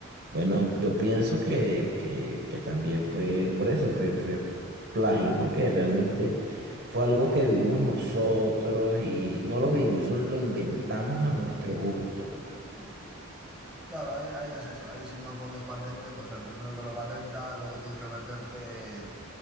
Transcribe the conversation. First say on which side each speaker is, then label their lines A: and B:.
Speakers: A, on the right (about 50°); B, in the centre.
A: bueno, yo pienso que, que, que también fue por eso, pues fue plagio, porque realmente fue algo que vimos nosotros y no lo vimos, eso lo inventamos a nuestro gusto.
B: Sí. Claro, ahí, ahí es eso. Ahí si no pones patente, pues el primero que lo patenta, luego tienes que meterte